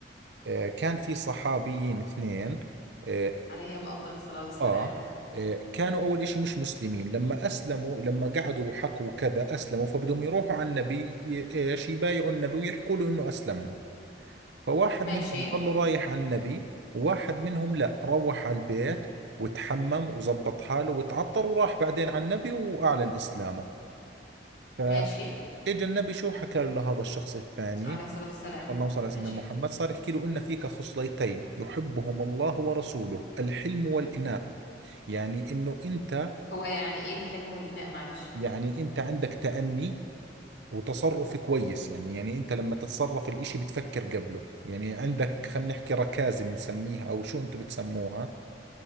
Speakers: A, on the right (about 70°); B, on the left (about 70°).
A: آه، كان في صحابيين اثنين آه،
B: عليهم أفضل الصلاة والسلام
A: آه آه، كانوا أول إشي مش مسلمين لما أسلموا لما قعدوا وحكوا كذا أسلموا فبدهم يروحوا على النبي ي- إيش يبايعوا النبي ويحكوا له إنه أسلمنا فواحد
B: ماشي
A: منهم ضلوا رايح على النبي وواحد منهم لا روح على البيت وتحمم وزبط حاله وتعطر وراح بعدين على النبي وأعلن إسلامه فإجا
B: ماشي
A: النبي شو حكى له هذا الشخص الثاني
B: عليه الصلاة والسلام
A: اللهم صل على
B: ماشي
A: سيدنا محمد صار يحكي له إن فيك خصلتين يحبهم الله ورسوله الحلم والإناء يعني إنه أنت
B: هو يعني إيه الحلم والإناء معلش
A: يعني انت عندك تأني وتصرف كويس يعني يعني انت لما تتصرف الاشي بتفكر قبله يعني عندك خلينا نحكي ركازة بنسميها او شو انتم بتسموها